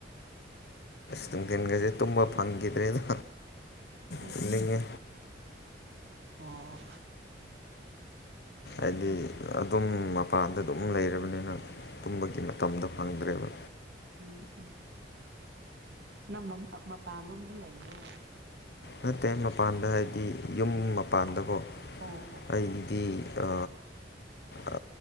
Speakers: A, on the left (about 55°); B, on the right (about 65°).
A: ꯅꯨꯡꯊꯤꯟꯒꯖꯦ ꯇꯨꯝꯕ ꯐꯪꯈꯤꯗ꯭ꯔꯦꯗ
B: ꯎꯝ
A: ꯇꯨꯝꯅꯤꯡꯉꯦ
B: ꯑꯣ...
A: ꯑꯩꯗꯤ ꯑꯗꯨꯝ ꯃꯄꯥꯟꯗ ꯑꯗꯨꯝ ꯂꯩꯔꯕꯅꯤꯅ ꯇꯨꯝꯕꯒꯤ ꯃꯇꯝꯗꯣ ꯐꯪꯗ꯭ꯔꯦꯕ
B: ꯏ ꯏ ꯅꯝ ꯃꯝ ꯃꯄꯥꯟꯂꯣꯝꯗ ꯂꯩꯕ꯭ꯔꯣ
A: ꯅꯠꯇꯦ ꯃꯄꯥꯟꯗ ꯍꯥꯏꯗꯤ ꯌꯨꯝ ꯃꯄꯥꯟꯗꯀꯣ
B: ꯑꯣ ꯑꯣ
A: ꯑꯩꯗꯤ ꯑ.. ꯑ..